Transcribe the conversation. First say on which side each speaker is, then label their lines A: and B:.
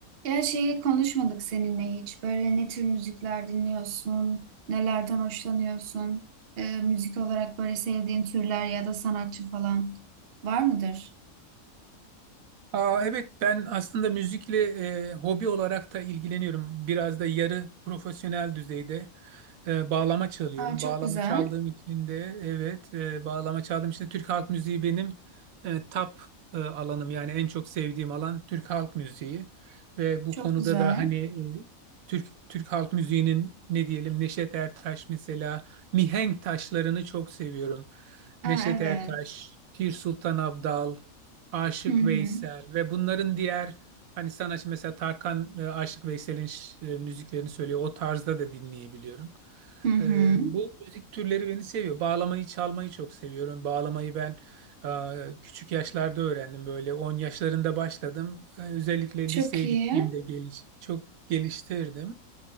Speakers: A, on the right; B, on the right.
A: Ya şeyi konuşmadık seninle hiç. Böyle ne tür müzikler dinliyorsun, nelerden hoşlanıyorsun, Ee, müzik olarak böyle sevdiğin türler ya da sanatçı falan var mıdır?
B: Aa, evet ben aslında müzikle e, hobi olarak da ilgileniyorum. Biraz da yarı profesyonel düzeyde e, bağlama çalıyorum.
A: Aa, çok
B: Bağlama
A: güzel,
B: çaldığım için de evet e, bağlama çaldığım için de Türk halk müziği benim e, top e, alanım. Yani en çok sevdiğim alan Türk halk müziği. Ve bu
A: çok
B: konuda
A: güzel.
B: da hani e, Türk Türk halk müziğinin ne diyelim Neşet Ertaş mesela mihenk taşlarını çok seviyorum.
A: Aa,
B: Neşet
A: evet.
B: Ertaş, Pir Sultan Abdal Aşık
A: Hı hı,
B: Veysel ve bunların diğer hani sanatçı mesela Tarkan e, Aşık Veysel'in ş- e, müziklerini söylüyor. O tarzda da dinleyebiliyorum.
A: hı hı.
B: E, bu müzik türleri beni seviyor. Bağlamayı çalmayı çok seviyorum. Bağlamayı ben e, küçük yaşlarda öğrendim. Böyle 10 yaşlarında başladım. E, özellikle
A: Çok
B: liseye
A: iyi.
B: gittiğimde geliş çok geliştirdim.